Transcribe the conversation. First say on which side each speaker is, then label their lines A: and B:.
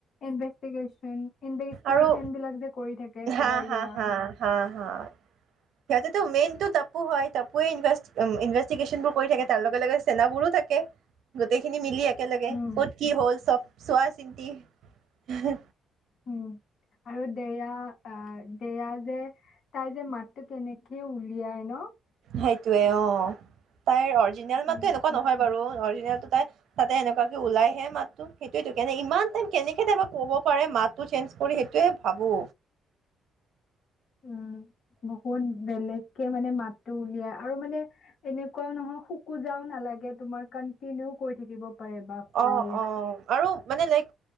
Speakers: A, on the left; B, on the right.
A: ইনভেষ্টিকেচন, ইনভেষ্টিকেচন
B: আৰু
A: বিলাক যে কৰি থাকে থাকে
B: হা
A: কবাৰ
B: হা
A: কিবা।
B: হা হা হা সিহঁতেতো মেইনটো তপ্পো হয়, তপ্পোয়ে ইনভে ইনভেষ্টিকেশ্যনবোৰ কৰি থাকে তাৰ লগে লগে চেনাবোৰো থাকে। গোটেইখিনি মিলি একেলগে
A: উম
B: কত কি হ'ল চব চোৱা চিন্তি হে
A: উম, আৰু দেইয়া অ দেইয়া যে, তাই যে মাতটো কেনেকে উলিয়াই ন।
B: সেইটোয়ে অ তাইৰ অৰজিনেল
A: বহুত
B: মাততো এনেকুৱা
A: কষ্ট
B: নহয় বাৰু অৰজিনেলটো তাই তাতে এনেকুৱাকে ওলাইহে মাততো, সেইটোৱেইটো কেনেকে ইমান টাইম কেনেকে থাকে ক'ব পাৰে মাতটো চেঞ্জ কৰি সেইটোয়ে ভাবো।
A: উম বহুত বেলেগ কে মানে মাতটো উলিয়াই আৰু মানে এনেকুৱাও নহয় খোকোযাও নালাগে গে তোমাৰ কন্টিনিউ কৰি থাকিব পাৰে বাপৰে।
B: অ অ আৰু মানে লাইক